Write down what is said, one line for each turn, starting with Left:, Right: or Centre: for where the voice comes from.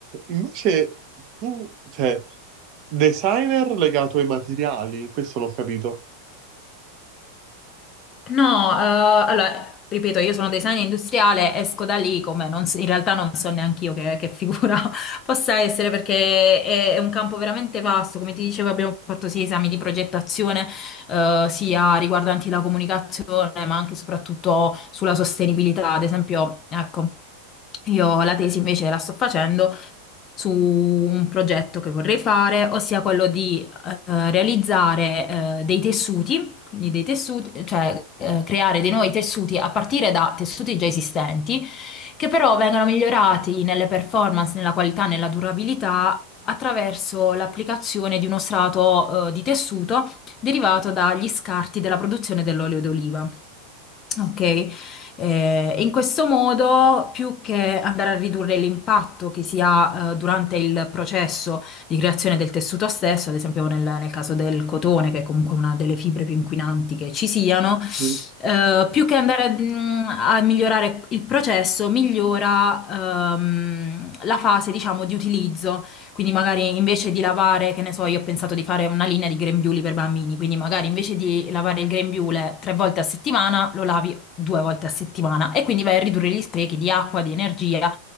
Right: Invece tu, cioè, designer legato ai materiali, questo non ho capito.
Left: No, eh, allora, ripeto, io sono designer industriale, esco da lì come non s- in realtà non so neanche io che, che figura <laughs> possa essere perché è, è un campo veramente vasto. Come ti dicevo, abbiamo fatto sia esami di progettazione, eh, sia riguardanti la comunicazione, ma anche e soprattutto sulla sostenibilità. Ad esempio, ecco, io la tesi invece la sto facendo su un progetto che vorrei fare, ossia quello di eh, realizzare eh, dei tessuti quindi dei tessuti, cioè eh, creare dei nuovi tessuti a partire da tessuti già esistenti, che però vengono migliorati nelle performance, nella qualità, nella durabilità attraverso l'applicazione di uno strato eh, di tessuto derivato dagli scarti della produzione dell'olio d'oliva. Ok, Eh, e in questo modo, più che andare a ridurre l'impatto che si ha eh, durante il processo di creazione del tessuto stesso, ad esempio nel, nel caso del cotone, che è comunque una delle fibre più inquinanti che ci siano,
Right: Mm.
Left: eh, più che andare a, mh, a migliorare il processo, migliora ehm, la fase, diciamo, di utilizzo. Quindi magari invece di lavare, che ne so, io ho pensato di fare una linea di grembiuli per bambini, quindi magari invece di lavare il grembiule tre volte a settimana, lo lavi due volte a settimana e quindi vai a ridurre gli sprechi di acqua, di energia